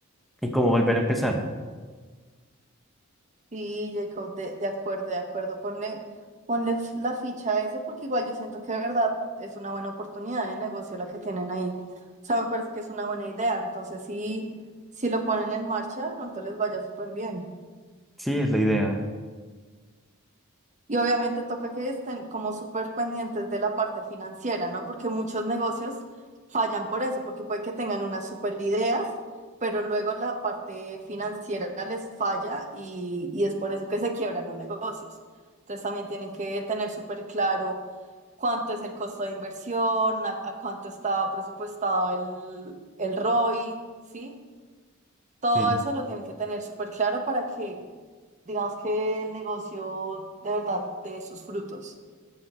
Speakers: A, in the centre; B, on the right.
A: y cómo volver a empezar.
B: Sí, Jacob, de, de acuerdo, de acuerdo. Ponle, ponle f- la ficha a eso porque igual yo siento que de verdad es una buena oportunidad de negocio la que tienen ahí. O sea, me parece que es una buena idea. Entonces, sí, si lo ponen en marcha, de pronto les vaya súper bien.
A: Sí, es la idea.
B: Y obviamente toca que estén como súper pendientes de la parte financiera, ¿no? Porque muchos negocios fallan por eso, porque puede que tengan unas súper ideas, pero luego la parte financiera les falla y, y es por eso que se quiebran los negocios. Entonces también tienen que tener súper claro cuánto es el costo de inversión, a, a cuánto está presupuestado el, el ROI, ¿sí? Todo
A: Sí,
B: eso lo tienen que tener súper claro para que, digamos que el negocio de verdad dé sus frutos.